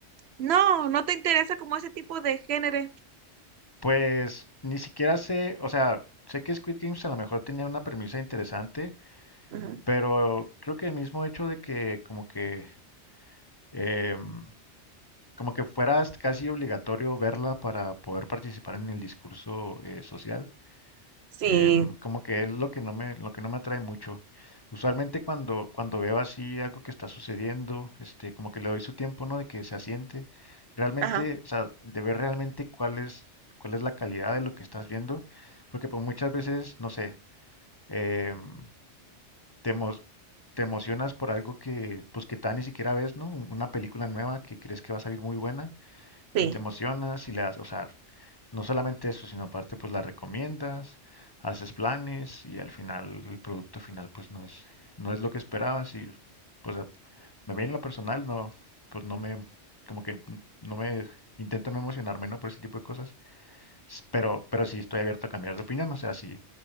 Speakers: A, on the right; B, on the left.
A: No, no te interesa como ese tipo de género.
B: Pues ni siquiera sé, o sea, sé que Squid Games a lo mejor tenía una premisa interesante,
A: Ujú.
B: pero creo que el mismo hecho de que como que em, como que fuera casi obligatorio verla para poder participar en el discurso eh, social,
A: Sí,
B: Em, como que es lo que no me, lo que no me atrae mucho. Usualmente cuando, cuando veo así algo que está sucediendo, este, como que le doy su tiempo, ¿no? De que se asiente. Realmente,
A: ajá,
B: o sea, de ver realmente cuál es, cuál es la calidad de lo que estás viendo. Porque pues muchas veces, no sé, em, te, emo- te emocionas por algo que, pues que tal ni siquiera ves, ¿no? Una película nueva que crees que va a salir muy buena
A: sí,
B: y te emocionas y las, o sea, no solamente eso, sino aparte pues la recomiendas, haces planes y al final el producto final pues no es, no es lo que esperabas y pues a- me bien en lo personal, no, pues no me, como que no me, intento no emocionarme, ¿no? Por ese tipo de cosas, S- pero, pero sí estoy abierto a cambiar de opinión, o sea, si,